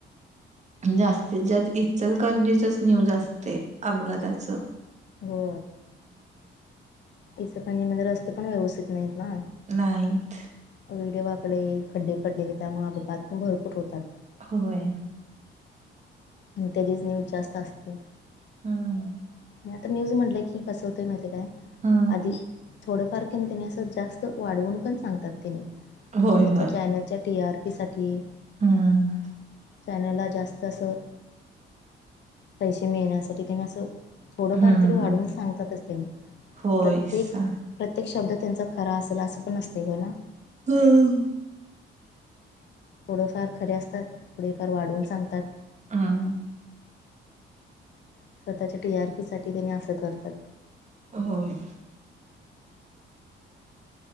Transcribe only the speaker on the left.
हो. इचलकरंजीमध्ये, रस्ते पण व्यवस्थित नाहीत ना.
वेडेवाकडे, खड्डे पडलेले. त्यामुळे अपघात पण भरपूर होतात.
आणि त्याचीच न्यूज जास्त असतेय.
आता न्यूज म्हटलंय की, कसं होतंय. माहिती काय.
आधी थोडंफार कनी तेनी असं, जास्त वाढवून पण सांगतात, तेनी. म्हणजे
त्यांच्या
चॅनलच्या टी आर पी साठी
चॅनलला जास्त असं. पैसे मिळण्यासाठी त्यांनी असं. थोडंफार
तरी वाढवून सांगतातच तेनी.
प्रत्येक
प्रत्येक शब्द त्यांचा खरा असल, असं पण नसतय. हो, ना.
थोडंफार खरे असतात. थोडेफार वाढवून सांगतात.
स्वतःच्या टी आर पी साठी, त्यांनी असं करतात.